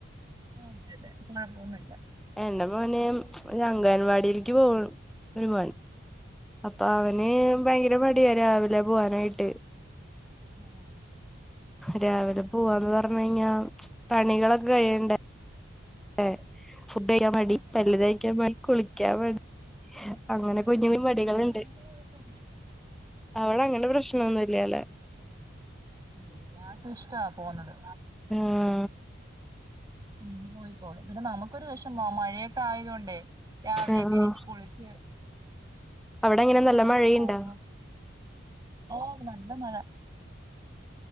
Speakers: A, on the right (about 20°); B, in the centre.
A: ആ അതെ അതെ <unintelligible>
B: എന്റെ മോന് ഒരു അംഗൻവാടിക്ക് പോകും ഒരു മോൻ. അപ്പൊ അവന് ഭയങ്കരം മടിയാ രാവിലെ പോവാനായിട്ട്.
A: ഓഹ്
B: രാവിലെ പോവാന്ന് പറഞ്ഞ് കഴിഞ്ഞാ പണികളൊക്കെ കഴിയണ്ടേ? ഏ ഫുഡ് കഴിക്കാൻ മടി
A: ആണല്ലേ
B: പല്ലു തേക്കാൻ മടി കുളിക്കാൻ മടി. അങ്ങനെ കുഞ്ഞു
A: ഉം
B: കുഞ്ഞു മടികളുണ്ട്
A: ഇവിടെ അങ്ങനെ കുഴപ്പൊന്നുമില്ല
B: അവിടെ അങ്ങടെ പ്രശ്നൊന്നുല്ലല്ലേ?
A: ഇല്ല ആക്ക് ഇഷ്ടാ പോന്നത്
B: ഉം
A: ഉ പോയിക്കോളും പിന്നെ നമുക്കൊരു വിഷമാ മഴയൊക്കെ ആയത് കൊണ്ടേ രാവിലെയ
B: ആഹ്
A: ഒക്കെ എണീട്ട് കുളിച്ച്
B: അവിടെങ്ങനെ
A: പോകുന്നത്
B: നല്ല മഴയുണ്ടാ
A: പോകുമ്പോ ഓ നല്ല മഴ